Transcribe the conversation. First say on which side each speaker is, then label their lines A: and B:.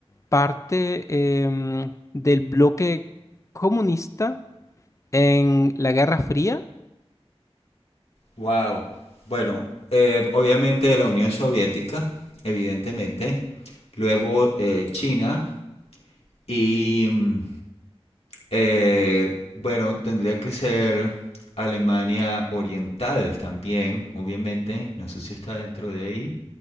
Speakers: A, on the left; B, on the left.
A: parte em, del bloque comunista en la Guerra Fría?
B: Wow. Bueno, eh, obviamente la Unión Soviética, evidentemente. Luego eh, China y mm, eh, bueno, tendría que ser Alemania Oriental también, obviamente. No sé si está dentro de ahí.